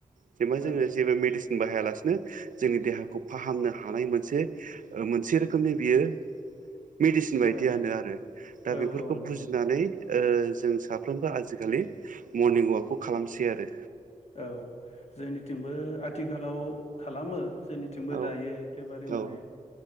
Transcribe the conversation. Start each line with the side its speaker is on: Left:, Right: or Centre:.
Right: जेनबा जोङो
Left: औ
Right: जेबो मदिसिन बाहायालासिनो जोंनि देहाखौ फाहामनो हानाय मोनसे मोनसे रोखोमनि बियो मेडिसिन बायदियानो
Left: औ
Right: आरो दा
Left: औ
Right: बेफोरखौ
Left: औ नंगौ
Right: बुजिनानै ओ जों साफ्रोमबो आजिखालि मरनिं अवाकखौ खालामसै आरो।
Left: औ जोंनिथिंबो आथिखालाव खालामो। जोंनिथिंबो
Right: औ
Left: दायो एखेबारे
Right: औ
Left: माने